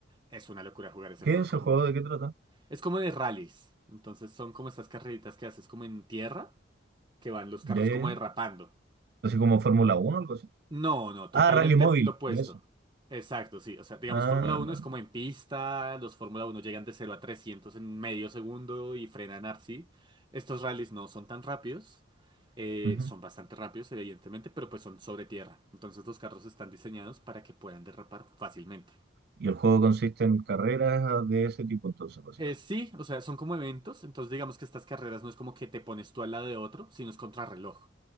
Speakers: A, on the right; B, on the right.
A: Es una locura jugar ese
B: ¿Qué
A: juego
B: es
A: con,
B: ese juego? ¿De qué trata?
A: Es como de rallies. Entonces son como estas carreritas que haces como en tierra, que van los carros
B: Ya, ya,
A: como
B: ya.
A: derrapando.
B: Así como Fórmula Uno, o algo así.
A: No, no, totalmente
B: Ah, Rally Móvil,
A: lo opuesto.
B: de eso.
A: Exacto, sí. O sea, digamos,
B: Ah,
A: Fórmula uno es como en pista, los Fórmula uno llegan de cero a 300 en medio segundo y frenan así. Estos rallies no son tan rápidos, eh,
B: ujú.
A: son bastante rápidos, evidentemente, pero pues son sobre tierra. Entonces los carros están diseñados para que puedan derrapar fácilmente.
B: Y el juego consiste en carreras de ese tipo, entonces, básicamente.
A: Eh, sí, o sea, son como eventos, entonces digamos que estas carreras no es como que te pones tú al lado de otro, sino es contrarreloj.